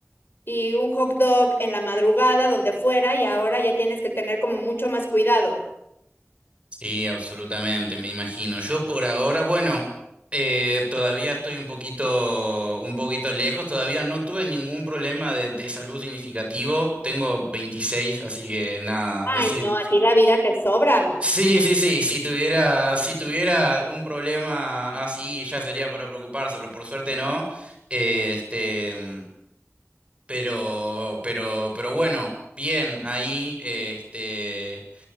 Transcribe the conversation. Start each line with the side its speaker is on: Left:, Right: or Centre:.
Left: y un hot dog en la madrugada, donde fuera, y ahora ya tienes que tener como mucho más cuidado.
Right: Sí, absolutamente, me imagino. Yo por ahora, bueno, eh, todavía estoy un poquito, un poquito lejos, todavía no tuve ningún problema de, de salud significativo. Tengo 26, así que nada,
Left: Ay,
Right: es decir.
Left: no, a ti la vida te sobra.
Right: Sí, sí, sí, si tuviera, si tuviera un problema así ya sería para preocuparse, pero por suerte no. Eh, Este, mm, pero, pero, pero bueno, bien, ahí, este.